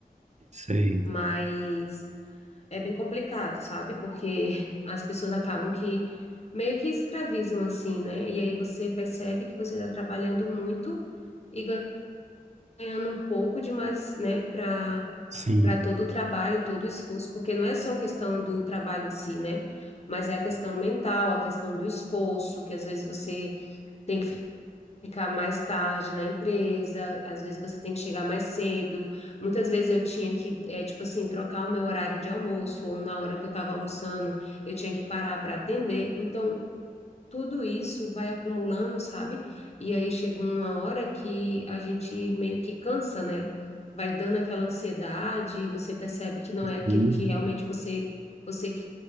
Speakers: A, on the right; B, on the left.
A: sei.
B: mas. É bem complicado, sabe? Porque as pessoas acabam que meio que escravizam assim, né? E aí você percebe que você está trabalhando muito e ganhando um pouco demais, né? Para
A: Sim.
B: para todo o trabalho, todo o esforço, porque não é só a questão do trabalho em si, né? Mas é a questão mental, a questão do esforço, que às vezes você tem que ficar mais tarde na empresa, às vezes você tem que chegar mais cedo. Muitas vezes eu tinha que, é, tipo assim, trocar o meu horário de almoço, ou na hora que eu estava almoçando, eu tinha que parar para atender. Então, tudo isso vai acumulando, sabe? E aí chega uma hora que a gente meio que cansa, né? Vai dando aquela ansiedade, e você percebe que não é aquilo
A: Sim.
B: que realmente você você